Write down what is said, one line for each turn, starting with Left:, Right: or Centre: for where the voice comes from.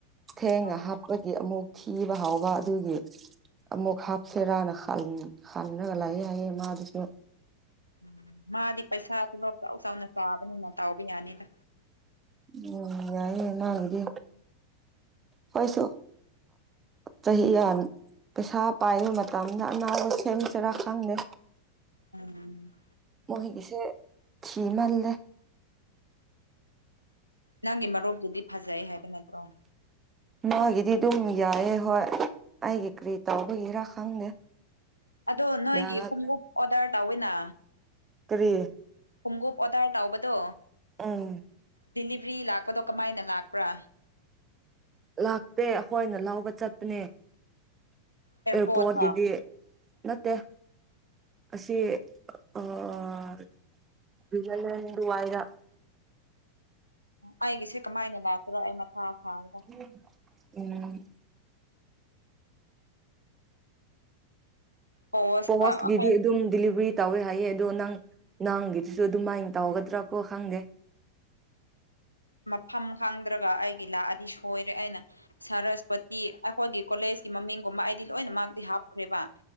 Right: ꯊꯦꯡꯉ
Left: ꯑꯪ
Right: ꯍꯥꯞꯄꯒꯤ ꯑꯃꯨꯛ ꯊꯤꯕ ꯍꯥꯎꯕ ꯑꯗꯨꯒꯤ ꯑꯃꯨꯛ ꯍꯥꯞꯁꯦꯔꯅ ꯍꯅꯔꯒ ꯂꯥꯛꯑꯦ ꯍꯥꯏꯌꯦ ꯃꯥꯗꯨꯁꯨ
Left: ꯎꯝ ꯃꯥꯗꯤ ꯄꯩꯁꯥ ꯄꯨꯂꯞ ꯆꯥꯎ ꯆꯥꯎꯅ ꯆꯥꯕꯅꯤꯅ ꯇꯥꯎꯕ ꯌꯥꯅꯤꯗ
Right: ꯎꯝ ꯌꯥꯏꯅꯤꯅ ꯃꯒꯤꯗꯤ ꯍꯣꯏꯁꯨ ꯁꯍꯤ ꯌꯥꯅꯤ ꯄꯩꯁꯥ ꯄꯥꯏꯕ ꯃꯇꯝꯗ ꯑꯅꯥꯕ ꯁꯦꯝꯕ ꯆꯩꯔꯥ ꯈꯪꯗꯦ
Left: ꯎꯝ
Right: ꯃꯣꯏꯒꯤꯁꯦ ꯊꯤ ꯃꯥꯜꯂꯦ
Left: ꯅꯪꯒꯤ ꯃꯔꯨꯞꯞꯇꯨꯗꯤ ꯐꯖꯩ ꯍꯥꯏꯕ ꯅꯠꯇ꯭ꯔꯣ
Right: ꯃꯥꯒꯤꯗꯤ ꯑꯗꯨꯝ ꯌꯥꯏꯑꯦ ꯍꯣꯏ ꯑꯩꯒꯤ ꯀꯔꯤ ꯇꯥꯎꯕꯒꯤꯔ ꯈꯪꯗꯦ
Left: ꯑꯗꯣ ꯅꯣꯏꯒꯤ
Right: ꯌꯥꯗ꯭ꯔꯦ
Left: ꯈꯣꯡꯎꯞ ꯑꯣꯗꯔ ꯇꯧꯋꯤꯅ
Right: ꯀ꯭ꯔꯤ
Left: ꯈꯣꯡꯎꯞ ꯑꯣꯗꯔ ꯇꯕꯗꯣ
Right: ꯎꯝ
Left: ꯗꯤꯂꯤꯕ꯭ꯔꯤ ꯂꯥꯛꯄꯗꯣ ꯀꯃꯥꯏꯅ ꯂꯥꯛꯄ꯭ꯔꯥ
Right: ꯂꯥꯛꯇꯦ ꯑꯈꯣꯏꯅ ꯂꯧꯕ ꯆꯠꯄꯅꯦ ꯑꯦꯌꯥꯔꯄꯣꯟꯒꯤꯗꯤ
Left: ꯑꯦꯌꯥꯔꯄꯣꯔꯠꯇ
Right: ꯅꯠꯇꯦ ꯑꯁꯤ ꯑꯣ ꯂꯨꯖꯂꯦꯟ ꯗꯨꯋꯥꯏꯗ
Left: ꯑꯩꯒꯤꯁꯦ ꯀꯃꯥꯏꯅ ꯂꯥꯛꯄꯔꯥ ꯑꯩ ꯃꯊꯥ ꯊꯥꯔꯦꯍꯦ
Right: ꯎꯝ ꯎꯝ
Left: ꯄꯣꯁ
Right: ꯄꯣꯁꯒꯤꯗꯤ
Left: ꯑꯩꯈꯣꯏ
Right: ꯑꯗꯨꯝ ꯗꯤꯂꯤꯚꯔꯤ ꯇꯧꯋꯦ ꯍꯥꯏꯌꯦ ꯑꯗꯣ ꯅꯪ ꯅꯪꯒꯤꯗꯨꯁꯨ ꯑꯗꯨꯃꯥꯏꯅ ꯇꯧꯒꯗ꯭ꯔꯥ ꯀꯣ ꯈꯪꯗꯦ
Left: ꯃꯐꯝ ꯈꯪꯗ꯭ꯔꯒ ꯑꯩꯒꯤ ꯂꯥꯛꯑꯅꯤ ꯁꯣꯏꯔꯦ ꯑꯩꯅ ꯁꯔꯁꯄꯇꯤ ꯑꯩꯈꯣꯏꯒꯤ ꯀꯣꯂꯦꯖꯀꯤ ꯃꯃꯤꯡꯒꯨꯝꯕ ꯑꯩꯗꯤ ꯂꯣꯏꯅ ꯃꯥꯛꯇꯤ ꯍꯥꯞꯈꯨꯔꯦꯕ